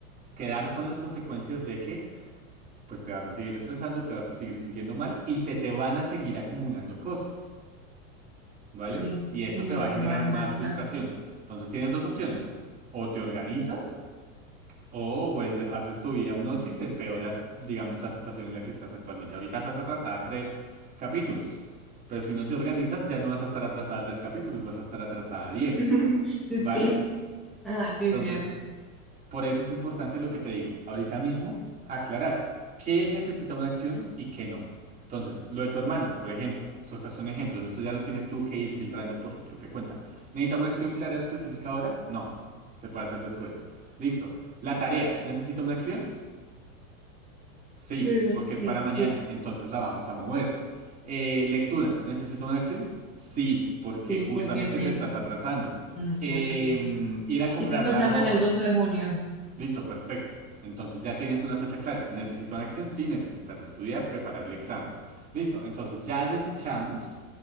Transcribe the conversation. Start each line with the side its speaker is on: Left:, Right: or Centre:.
Right: quedar con las consecuencias de que, pues te vas a seguir estresando, te vas a seguir sintiendo mal y se te van a seguir acumulando cosas. ¿vale?
Centre: sí,
Right: Y eso
Centre: y me
Right: te va
Centre: va
Right: a
Centre: a
Right: generar
Centre: ir mal
Right: más
Centre: en las
Right: frustración.
Centre: clases.
Right: Entonces tienes dos opciones. O te organizas o vuelve, haces tu vida un 8 y te empeoras, digamos, la situación en la que estás actualmente. Ahorita estás atrasada tres capítulos. Pero si no te organizas, ya no vas a estar atrasada tres capítulos, vas a estar atrasada diez
Centre: <laughs>
Right: ¿vale?
Centre: Sí, ajá, sí,
Right: Entonces,
Centre: sí, antes.
Right: por eso es importante lo que te digo, ahorita mismo, aclarar qué necesita una acción y qué no. Entonces, lo de tu hermano, por ejemplo, esos son ejemplos, esto ya lo tienes tú que ir filtrando por tu propia cuenta. ¿Necesita una acción clara específica ahora? No, se puede hacer después. Listo. ¿La tarea necesita una acción? Sí,
Centre: Perdón,
Right: porque
Centre: sí,
Right: es para mañana,
Centre: sí,
Right: entonces la vamos a mover. Eh, ¿lectura necesita una acción? Sí, porque
Centre: sí,
Right: justamente
Centre: porque tengo,
Right: te estás atrasando.
Centre: no estoy
Right: Em,
Centre: atrasado.
Right: ir a comprar
Centre: Y tengo
Right: la
Centre: examen
Right: ropa.
Centre: el 12 de junio.
Right: Listo, perfecto. Entonces ya tienes una fecha clara. ¿Necesito una acción? Sí, necesitas estudiar, preparar el examen. Listo, entonces ya desechamos